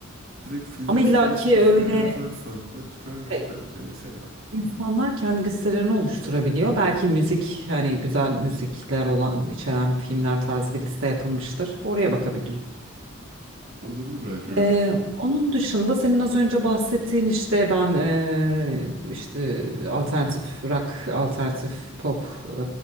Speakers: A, on the right; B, on the right.
A: direkt filmin
B: Ama illaki
A: ismini Spotify'a
B: öyle
A: yazarsan da çıkar
B: şey,
A: bence mesela.
B: İnsanlar kendi listelerini oluşturabiliyor. Belki müzik hani güzel müzikler olan içeren filmler tarzı bir liste yapılmıştır. Oraya bakabilirim.
A: Olabilir belki öyle.
B: Ee, onun dışında senin az önce bahsettiğin işte ben ee, işte alternatif rock, alternatif pop, ee,